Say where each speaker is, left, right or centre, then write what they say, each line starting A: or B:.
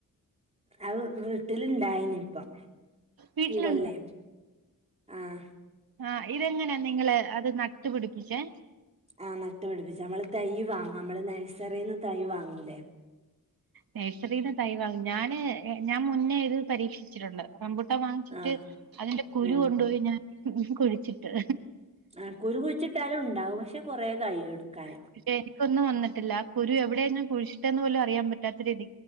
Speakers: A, on the right; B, on the right.
A: അ വീട്ടിലുണ്ടായിനി ഇപ്പം
B: വീട്ടിലുണ്ട്
A: ഈ കൊല്ലെ ആഹ്
B: ആ ഇതെങ്ങനാ നിങ്ങള് അത് നട്ടു പിടിപ്പിച്ചേ
A: ആ നട്ടു പിടിപ്പിച്ചു നമ്മള് തൈ വാങ്ങും നമ്മള് നഴ്സറിന്ന് തൈ വാങ്ങൂല്ലേ
B: നഴ്സറിന്ന് തൈവാങ്ങി ഞാന് ഞാൻ മുന്നേ ഇത് പരീക്ഷിച്ചിട്ടുണ്ട് റമ്പൂ- ട്ടാൻ വാങ്ങിച്ചിട്ട്
A: ആഹ്
B: അതിന്റെ കുരു
A: ഉം
B: കൊണ്ടു പോയി ഞാൻ കുഴിച്ചിട്ട്
A: ആ കുരു കുഴിച്ചിട്ടാലും ഉണ്ടാവും പക്ഷെ കുറേ കഴിയും എടുക്കാന്
B: പക്ഷെ എനിക്കൊന്നും വന്നിട്ടില്ല കുരു എവിടെയ ഞാൻ കുഴിച്ചിട്ടെന്ന് പോലും അറിയൻ പറ്റാത്ത രീതി